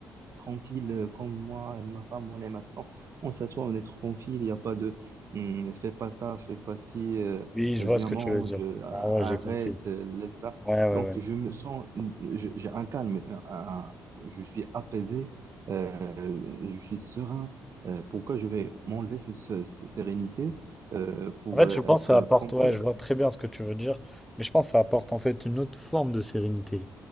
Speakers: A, on the right; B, in the centre.
A: tranquille euh, comme moi et ma femme, on est maintenant. On s'assoit, on est tranquille, il n'y a pas de Hum, fais pas ça, fais pas ci, euh,
B: Oui,
A: viens
B: je vois ce que
A: mange,
B: tu veux dire.
A: euh, arrête,
B: Ah ouais, j'ai compris.
A: euh, laisse ça.
B: Ouais, ouais,
A: Donc
B: ouais.
A: je me sens, hmm, je- j'ai un calme, un- un- je suis apaisé, euh, je suis serein. Euh, pourquoi je vais m'enlever cette ce- cette sérénité euh, pour
B: En fait,
A: euh,
B: je pense
A: être
B: que ça apporte,
A: comme
B: ouais,
A: eux?
B: je vois très bien ce que tu veux dire, mais je pense que ça apporte en fait une autre forme de sérénité.